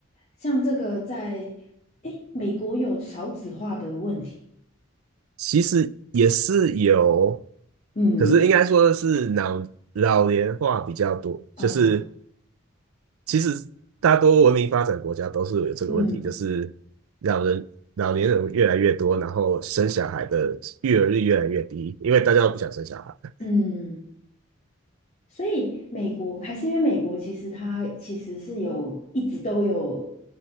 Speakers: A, on the left; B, on the right.
A: 像这个在，诶，美国有少子化的问题。
B: 其实也是有，
A: 嗯
B: 可是应该说是老老年化比较多，
A: 啊，
B: 就是其实大多文明发展国家都是有这个问题，
A: 嗯
B: 就是老人老年人越来越多，然后生小孩的育儿率越来越低，因为大家都不想生小孩。
A: 嗯，所以美国还是因为美国其实它其实是有一直都有，